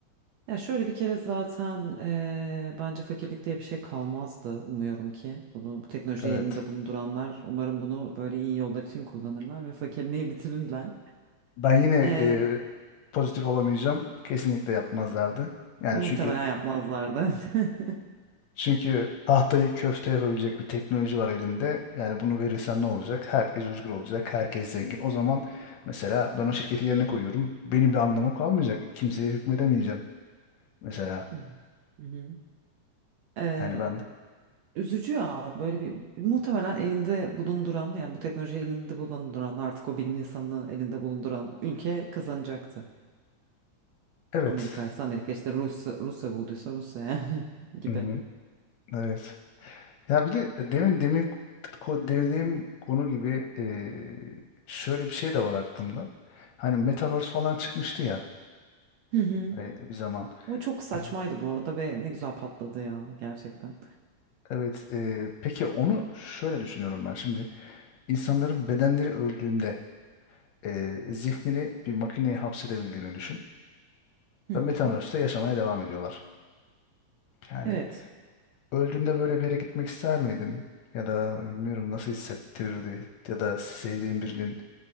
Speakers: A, on the right; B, on the left.
A: Ya şöyle bir kere zaten eee, bence fakirlik diye bir şey kalmazdı umuyorum ki. Bunu bu teknolojiyi
B: Evet.
A: elinde bulunduranlar umarım bunu böyle iyi yollar için kullanırlar ve fakirliği <laughs> bitirirler.
B: Ben yine e,
A: Eee,
B: pozitif olamayacağım. Kesinlikle yapmazlardı. Yani
A: muhtemelen
B: çünkü
A: yapmazlardı. <laughs>
B: çünkü tahtayı köfte yapabilecek bir teknoloji var elinde. Yani bunu verirsen ne olacak? Herkes özgür olacak, herkes zengin. O zaman mesela ben o şirketi yerine koyuyorum. Benim bir anlamım kalmayacak. Kimseye hükmedemeyeceğim mesela.
A: Hı hı. Eee,
B: Yani ben
A: üzücü ya böyle bir muhtemelen elinde bulunduran yani bu teknolojiyi elinde bulunduran artık o bilim insanını elinde bulunduran ülke kazanacaktı.
B: evet.
A: Amerika ise Amerika işte Rusya, Rusya bulduysa Rusya yani <laughs> gibi.
B: Hı-hı. Evet. Ya bir de demin demin ko- dediğim konu gibi e, şöyle bir şey de var aklımda. Hani Metaverse falan çıkmıştı ya
A: Hı hı.
B: hani bir zaman.
A: O çok saçmaydı
B: E,
A: bu arada ve ne güzel patladı ya gerçekten.
B: Evet, e, peki onu şöyle düşünüyorum ben şimdi. İnsanların bedenleri öldüğünde e, zihnini bir makineye hapsedebildiğini düşün
A: Hı hı.
B: ve Metaverse'te yaşamaya devam ediyorlar. Yani
A: Evet.
B: öldüğünde böyle bir yere gitmek ister miydin? Ya da bilmiyorum nasıl hissettirirdi ya da sevdiğin birinin